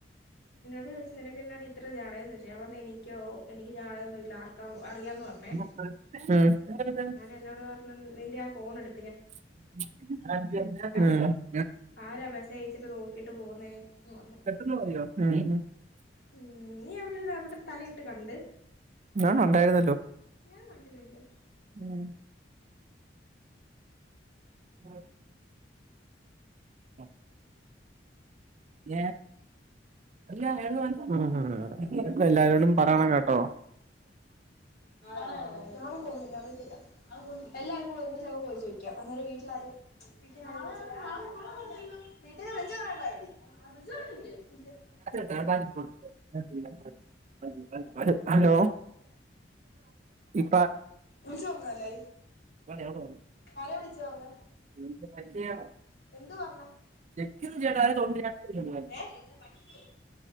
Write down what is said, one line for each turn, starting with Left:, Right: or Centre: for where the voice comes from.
Left: എന്നോട് ചോയിച്ച് നിനക്ക് എന്നാടി ഇത്ര ജാട ചോയിച്ചു ഞാൻ പർഞ്ഞ് എനിക്കോ എനിക്ക് ജാടൊന്നുംല്ല ആർക്ക അറിയാന്ന് പർഞ്ഞേ.
Right: ഉം
Left: എന്നോട് പർഞ്ഞ് നിന്റെ ആഹ് ഫോൺ എട്
Right: ഉം
Left: ആ- ആരാ മെസ്സേജ് അയച്ചിട്ട് നോക്കിട്ട് പോകുന്നേ ന്ന് പർഞ്ഞു.
Right: <unintelligible> മതിയോ ഉം
Left: ഉം, നീ അവിടെ ഇരുന്ന് അവിടെ തലയിട്ട് കണ്ട്
Right: ഉം <unintelligible> ഉണ്ടായിരുന്നല്ലോ.
Left: ഞാൻ കണ്ടില്ലല്ലോ?
Right: ഉം ഉം ആഹ് <unintelligible> ഉം ഉം ഉം എല്ലാരോടും പറണേ കേട്ടോ?
Left: നാളെ <unintelligible> നാളെ പോവുന്നില്ല അറിയത്തില്ല. നാളെ പോവുന്നില്ലെ? എല്ലാർക്കും കൂടെ ഒരുമിച്ചങ്ങ് പോയി ചോയിക്കാം അന്നേരം വീ ട്ടിലാരും <inaudible> <unintelligible> പർഞ്ഞില്ലെ? ഇല്ലാ.
Right: <unintelligible> <inaudible> ഹലോ ഇപ്പ
Left: ചോറ്ന്നാ എല്ലാരും.
Right: <unintelligible>
Left: ആരെ വിളിച്ച് പറഞ്ഞേ?
Right: <unintelligible>
Left: എന്തു പർഞ്ഞേ?
Right: <unintelligible>
Left: ഏഹ് ഇരുന്ന് പാടിക്കോ?